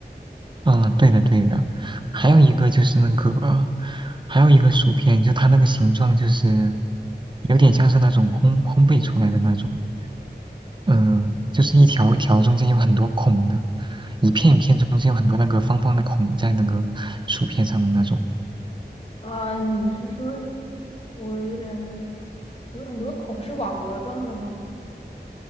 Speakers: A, on the right (about 25°); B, on the left (about 35°).
A: 嗯，对的，对的。还有一个就是那个，还有一个薯片，就它那个形状就是有点像是那种烘烘焙出来的那种，嗯、就是一条一条中间有很多孔的，一片一片中间有很多那个方方的孔在那个薯片上的那种。
B: 啊，你是说我有点有很多孔是网格状的吗？